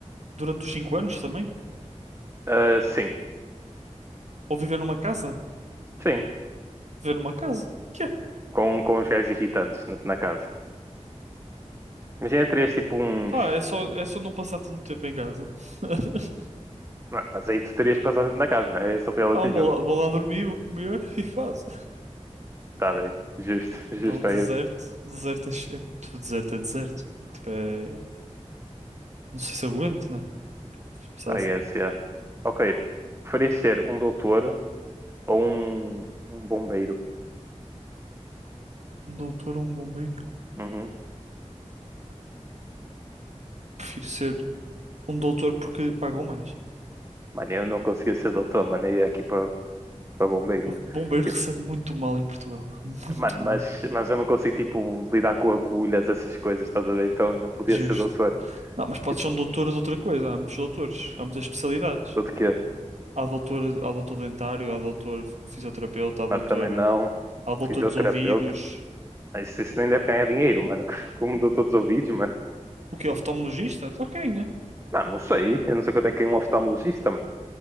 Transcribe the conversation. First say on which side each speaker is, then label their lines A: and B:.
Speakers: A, on the right (about 70°); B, on the right (about 25°).
A: durante os 5 anos também?
B: Ah, sim,
A: Ou viver numa casa?
B: sim.
A: Viver numa casa? Que é?
B: Com, com os gajos irritantes na, na casa. Mas já terias tipo uns.
A: Pá, é só, é só não passar tanto tempo em casa. <laughs>
B: Mas aí tu terias passado na casa, não é? Esse é o reality
A: Não,
B: jogo.
A: vou lá, vou lá dormir, vou comer <laughs> e faço.
B: Tá bem. Justo, <laughs>
A: Não,
B: justo
A: deserto.
B: é esse.
A: Deserto é, che- é muito deserto, é deserto. Tipo, é... Não sei se aguento, né? Se pensar
B: Ah,
A: assim.
B: yes, yeah. Ok. Preferias ser um doutor ou um, um bombeiro?
A: Um doutor ou um bombeiro?
B: Uhum.
A: Prefiro ser um doutor porque pagam mais.
B: Mano, eu não conseguia ser doutor, mano. Eu ia aqui para bombeiro,
A: Um
B: mano.
A: bombeiro
B: Eu-
A: <laughs> recebe muito mal em Portugal. Muito
B: mano,
A: mal.
B: mas, mas eu não consigo, tipo, lidar com agulhas, essas coisas, estás a ver? Então eu não podia
A: Justo.
B: ser doutor.
A: Não, mas pode
B: Tipo,
A: ser um doutor de outra coisa. Há muitos doutores, há muitas especialidades.
B: tudo que
A: Há doutor, há doutor dentário, há doutor fisioterapeuta, há doutor,
B: Mas também não.
A: há doutor
B: Fisioterapeuta.
A: dos ouvidos.
B: Mas Isso, isso nem deve ganhar dinheiro, mano. <laughs> Como doutor dos ouvidos, mano.
A: O que oftalmologista? Claro que ganha.
B: Mano, não sei. Eu não sei quanto é que é um oftalmologista, mano.